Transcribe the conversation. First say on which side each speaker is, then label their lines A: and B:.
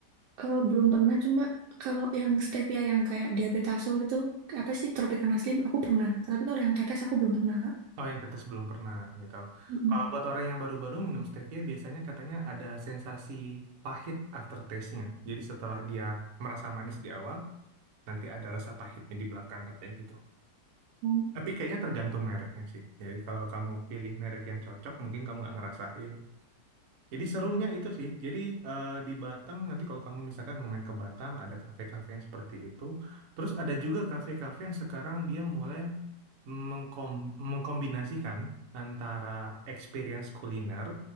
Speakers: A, on the right (about 75°); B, on the right (about 60°).
A: Eh, belum pernah, cuma kalau yang stevia yang kayak diabetasol itu, kayak apa sih, tropicana slim, aku pernah. Tapi kalau yang tetes aku belum pernah, Kak.
B: Oh, yang tetes belum pernah gitu.
A: Mm-mm.
B: Kalau buat orang yang baru-baru minum stevia, biasanya katanya ada sensasi pahit aftertaste-nya. Jadi setelah dia merasa manis di awal, nanti ada rasa pahitnya di belakang katanya gitu.
A: Hmm.
B: Tapi kayaknya tergantung mereknya sih. Jadi kalau kamu pilih merek yang cocok, mungkin kamu nggak ngerasain. Jadi serunya itu sih. Jadi eh, di Batam nanti kalau kamu misalkan mau main ke Batam, ada kafe-kafe yang seperti itu. Terus ada juga kafe-kafe yang sekarang dia mulai mengkom mengkombinasikan antara experience kuliner